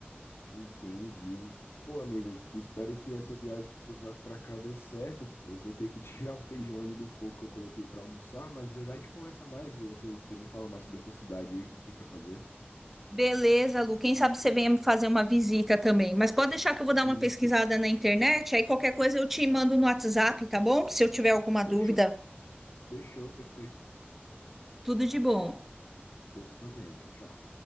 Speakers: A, on the left (about 75°); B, in the centre.
A: entendi. Pô, amigo, que espero que essa viagem que você faz pra cá dê certo. Eu vou ter que <laughs> tirar o feijão ali do fogo que eu coloquei pra almoçar, mas já já a gente conversa mais, viu? Tu- Você me fala mais sobre a sua cidade aí, o que que tem pra fazer.
B: Beleza, Lu. Quem sabe você venha me fazer uma visita também. Mas pode deixar que eu vou dar uma pesquisada
A: Isso.
B: na internet. Aí qualquer coisa eu te mando no WhatsApp, tá bom? Se eu tiver alguma
A: Fechou.
B: dúvida,
A: Fechou, perfeito.
B: tudo de bom.
A: Você também. Tchau, tchau.